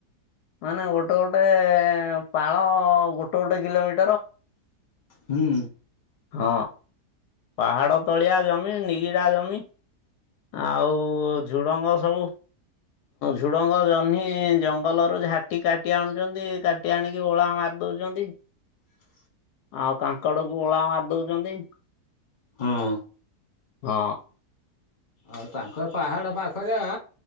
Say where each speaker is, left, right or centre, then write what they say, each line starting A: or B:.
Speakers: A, on the left; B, on the left.
A: ମାନେ, ଗୋଟେ ଗୋଟେ ପାଳ ଗୋଟେ ଗୋଟେ କିଲୋମିଟର
B: ହୁଁ।
A: ହଁ, ପାହାଡ଼ ତଳିଆ ଜମି ନିଗିଡ଼ା ଜମି। ଆଉ ଝୁଡଙ୍ଗ ସବୁ ଝୁଡଙ୍ଗ, ଜହ୍ନି ଜଙ୍ଗଲରୁ ଝାଟି କାଟି ଆଣୁଛନ୍ତି କାଟି ଆଣିକି ଓଳାମାପ ଦଉଚନ୍ତି।
B: <inaudible>
A: ଆଉ କାଙ୍କଡ଼କୁ ଓଳା ମାରିଦଉଛନ୍ତି।
B: ହଁ।
A: ହଁ।
B: ଆଉ ତାଙ୍କର ପାହାଡ ପାଖରେ ଆ